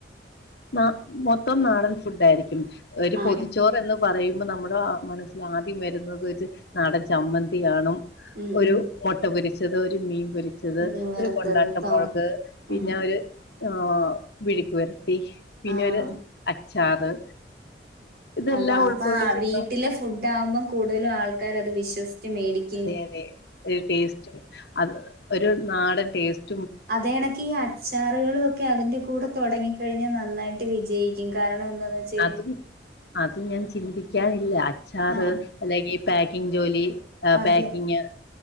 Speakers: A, on the left (about 65°); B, on the right (about 60°).
A: മ മൊത്തം നാടൻ ഫുഡയിരിക്കും ഒരു
B: ആഹ്
A: പൊതിച്ചോറ് എന്ന് പറയുമ്പോ നമ്മുടെ മനസ്സിൽ ആദ്യം വരുന്നത് ഒരു നടൻ ചമ്മന്തികാണു
B: ഉം
A: ഒരു
B: ഉം
A: മൊട്ട പൊരിച്ചത് ഒരു മീൻ പൊരിച്ചത്
B: മീൻ വറുത്തത്
A: ഒരു കൊണ്ടാട്ട
B: ട്ടോ
A: മുളക് പിന്നെ
B: ഉം
A: ഒരു ആഹ് മിഴുക്ക് വരട്ടി പിന്നെ
B: ആഹ്
A: ഒരു അച്ചാറ് ഇതെല്ലാം
B: അതാ
A: ഉൾക്കൊള്ളിച്ചന്ന
B: അപ്പൊ വീട്ടിലെ ഫുഡ് ആകുമ്പം കൂടുതലും ആൾക്കാരത് വിശ്വസിച്ച് മേടിക്കും
A: അതെ അതെ ഒരു ടേസ്റ്റ് അത് ഒരു നാടൻ ടേസ്റ്റ്
B: അതെണക്കി ചാറുകളും ഒക്കെ അതിന്റെ കൂടെ തൊടങ്ങി കഴിഞ്ഞാൽ നന്നായിട്ട് വിജയിക്കും കാരണം എന്താന്ന് വെച്ചാൽ
A: അതും അതും ഞാൻ ചിന്തിക്കാനില്ല അച്ചാറ്
B: ആഹ്
A: അല്ലങ്കി പാക്കിങ് ജോലി
B: അതെ
A: പാക്കിങ്